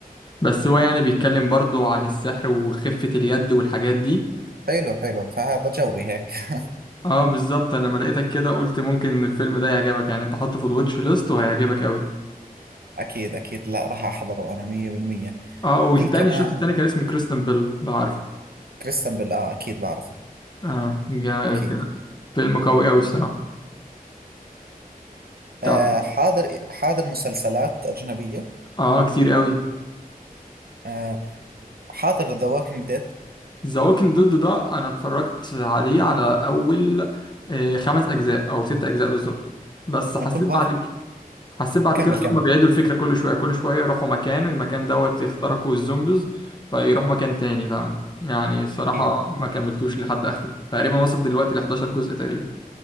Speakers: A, on the left; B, on the right.
A: بس هو يعني بيتكلم برضو عن السحر وخفة اليد والحاجات دي
B: حلو حلو فهذا جوي هيك <laughs>
A: اه بالظبط انا لما لقيتك كده قلت ممكن الفيلم ده يعجبك يعني انت حطه في الواتش ليست وهيعجبك قوي
B: اكيد اكيد لا راح احضره انا 100%
A: اه والتاني
B: في كمان
A: الشخص التاني كان اسمه كريستن بيل لو عارفه
B: كريستن بيل اه اكيد بعرفه
A: اه جا-
B: أكيد
A: كان فيلم قوي قوي الصراحة طب
B: آه حاضر حاضر مسلسلات أجنبية
A: اه كتير قوي
B: آه حاضر ذا ووكينج ديد
A: ذا ووكينج ديد ده انا اتفرجت عليه على اول آه، خمس اجزاء او ست اجزاء بالظبط بس حسيت
B: أنا كل واحد
A: بعد كده حسيت بعد
B: كمل
A: كده
B: كمل
A: ان هم بيعيدوا الفكرة كل شوية كل شوية يروحوا مكان المكان دوت يخترقوا الزومبيز فيروحوا مكان تاني فاهم يعني الصراحة
B: أكيد
A: ما كملتوش لحد اخره تقريبا وصل دلوقتي ل 11 جزء تقريبا